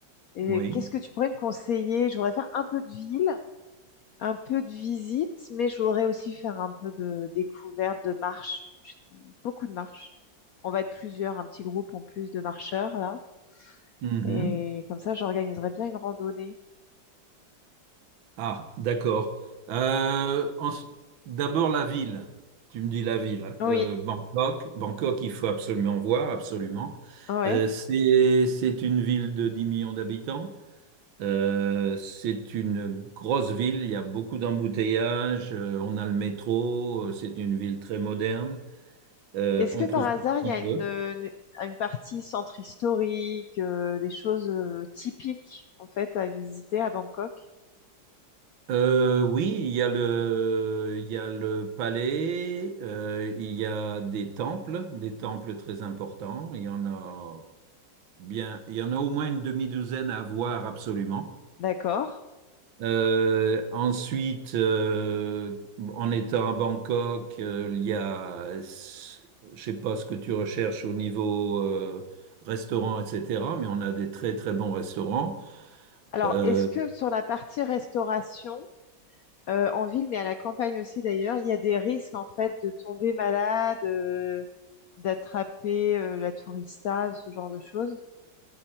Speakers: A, on the left (about 75°); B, on the right (about 80°).
A: Et
B: oui.
A: qu'est-ce que tu pourrais me conseiller? Je voudrais faire un peu de ville, un peu de visite, mais je voudrais aussi faire un peu de découverte, de marche, beaucoup de marche. On va être plusieurs, un petit groupe en plus de marcheurs là.
B: Mhm.
A: Et comme ça, j'organiserai bien une randonnée.
B: Ah, d'accord. Euh, en s- D'abord la ville. Tu me dis la ville. hein.
A: Oui,
B: Euh, Bangkok. Bangkok, il faut absolument voir, absolument.
A: ouais.
B: Euh, c'est c'est une ville de 10 millions d'habitants. Euh, c'est une grosse ville. Il y a beaucoup d'embouteillages. euh, on a le métro. euh, C'est une ville très moderne. Euh,
A: Est-ce
B: on
A: que par
B: trouve
A: hasard,
B: tout ce
A: il
B: qu'on
A: y a une,
B: veut.
A: une- une partie centre historique, euh, des choses euh, typiques en fait à visiter à Bangkok?
B: Euh, oui, il y a le, il y a le palais, euh, il y a des temples, des temples très importants. Il y en a bien, il y en a au moins une demi-douzaine à voir absolument.
A: D'accord.
B: Euh, ensuite, euh, en étant à Bangkok, euh, il y a, je sais pas ce que tu recherches au niveau euh, restaurant, etc. Mais on a des très très bons restaurants.
A: Alors,
B: Euh,
A: est-ce que sur la partie restauration, euh, en ville, mais à la campagne aussi d'ailleurs, il y a des risques en fait de tomber malade, euh, d'attraper euh, la tourista, ce genre de choses?